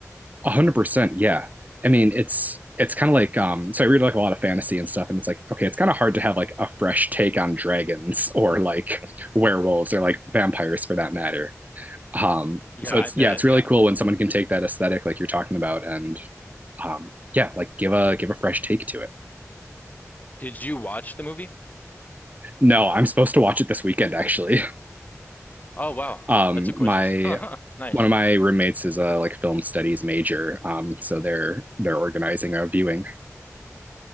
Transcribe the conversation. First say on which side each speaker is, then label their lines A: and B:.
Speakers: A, on the right; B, on the left.
A: a hundred percent, yeah. I mean, it's it's kind of like um, so I read like a lot of fantasy and stuff, and it's like okay, it's kind of hard to have like a fresh take on dragons <laughs> or like werewolves or like vampires for that matter. Um,
B: Yeah,
A: so
B: I
A: it's
B: bet.
A: yeah, it's really
B: Yeah.
A: cool when someone can take that aesthetic like you're talking about and um, yeah, like give a give a fresh take to it.
B: Did you watch the movie?
A: No, I'm supposed to watch it this weekend actually.
B: Oh, wow.
A: Um,
B: That's a coincidence.
A: my
B: <laughs> Nice.
A: one of my roommates is a like film studies major, um, so they're they're organizing a viewing.